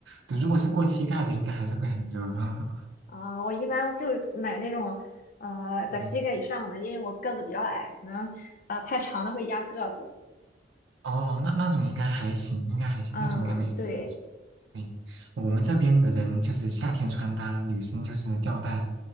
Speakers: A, on the right; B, on the left.
A: 对如果是过膝盖的，应该还是会很热的。<laughs>
B: 啊、我一般就买那种呃在膝盖以上的，
A: 嗯，
B: 因为我个子比较矮，可能呃太长的会压个子。
A: 哦，那那种应该还行，应该还行，
B: 嗯，
A: 那种应该没什么问题。
B: 对，
A: 嗯，我们这边的人就是夏天穿搭，女生就是吊带